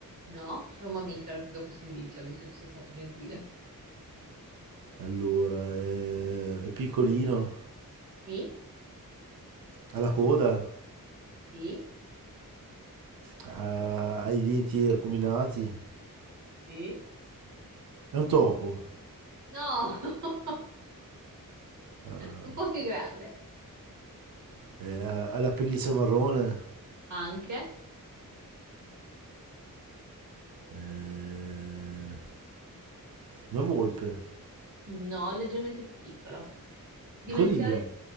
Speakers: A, on the right; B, on the right.
A: No, è un mammifero, ti do questo indizio, visto che sei stato gentile.
B: Allora, eh, è piccolino,
A: Sì,
B: ha la coda,
A: sì,
B: ha, ha i denti acuminati.
A: sì.
B: È un topo.
A: No! <laughs>
B: Ah,
A: Un po' più grande,
B: eh, ha, ha la pelliccia marrone.
A: anche,
B: Eh, una volpe.
A: no, leggermente più piccolo. Dimensioni,
B: Il coniglio.